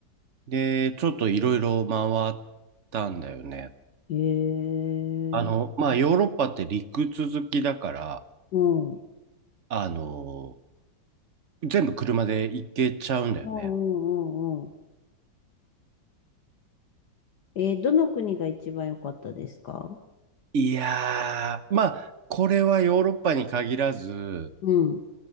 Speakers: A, on the right; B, on the left.
A: で、ちょっといろいろ回ったんだよね。
B: ええ
A: あの、まあヨーロッパって陸続きだから、
B: うん。うん
A: あの、全部車で行けちゃうんだよね。
B: うんうんうん。えー、どの国が一番良かったですか
A: いやー、まあ、これはヨーロッパに限らず、
B: うん。